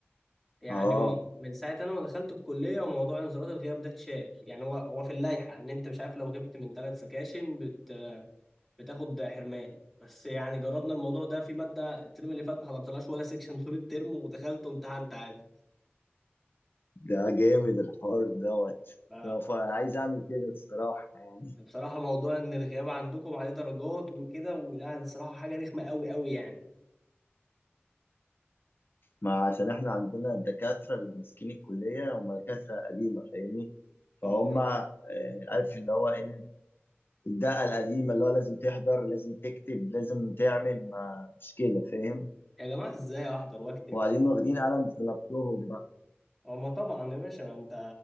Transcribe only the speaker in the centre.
يعني
من ساعة انا ما دخلت الكلية وموضوع انذارات الغياب ده اتشال يعني هو هو في اللائحة ان انت مش عارف لو غبت من ثلاث سكاشن بت... بتاخد حرمان بس يعني جربنا الموضوع ده في مادة الترم اللي فات ما حضرتلهاش ولا سكشن طول الترم ودخلت وامتحنت عادي
ف...
بصراحة موضوع ان الغياب عندكم عليه درجات وكده ولا الصراحة حاجة رخمة قوي قوي يعني
اه
يا جماعة ازاي احضر واكتب
يعني؟
هما طبعا يا باشا انت